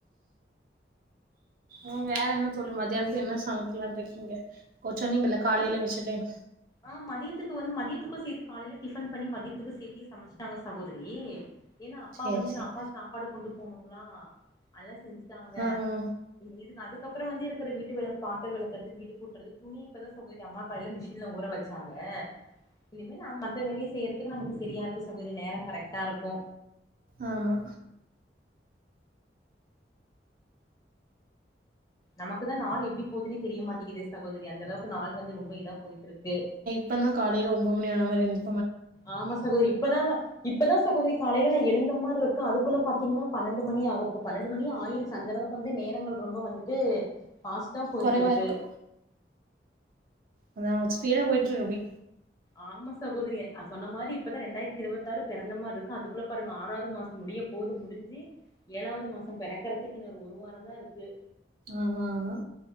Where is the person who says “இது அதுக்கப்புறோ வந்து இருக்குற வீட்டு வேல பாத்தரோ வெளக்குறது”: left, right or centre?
Left